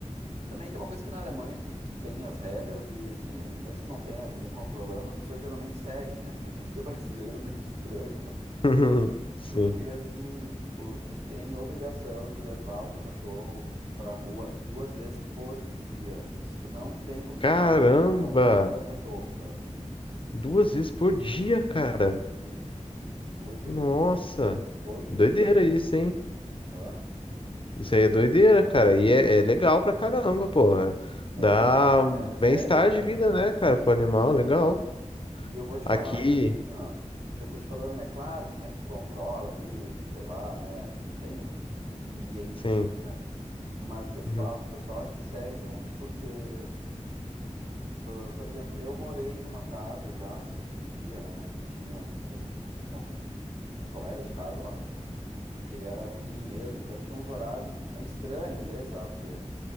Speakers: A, on the right; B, on the left.
A: Também tem uma coisa que na Alemanha que, que tem as regras, e assim, mesmo que não tenha ninguém controlando, as pessoas geralmente seguem, né? Que a gente que é <laughs> brasileiro é meio estranho, mas.
B: <laughs> Sim.
A: Porque assim, o- tu tem obrigação de levar o teu cachorro pra rua duas vezes por dia. Se tu não tem como
B: Caramba!
A: fazer, tu não pode ter um cachorro. Ah,
B: Duas vezes por dia, cara.
A: Sim, duas vezes.
B: Nossa,
A: Todos
B: doideira
A: os dias.
B: isso, hein?
A: Hã?
B: Isso aí é doideira, cara. E é, é legal pra caramba, pô. é.
A: É,
B: Dá
A: não,
B: um
A: é sério
B: bem-estar
A: a coisa,
B: de vida,
A: sabe?
B: né, cara, pro animal, legal.
A: Sim. E eu vou te
B: Aqui,
A: falar que assim, ó, o que eu tô te falando é claro, como é que controla isso, sei lá, né? Não tem <laughs> ninguém
B: sim.
A: te vigiando. Mas que eu te
B: Uhum,
A: falo, o pessoal acho que segue muito porque, ah, por exemplo, eu morei numa casa já, assim, que dividia, né? E tinha um, um dos nossos colegas de casa lá, que ele era cozinheiro, então ele tinha uns horários meio estranhos, às vezes, sabe? Porque às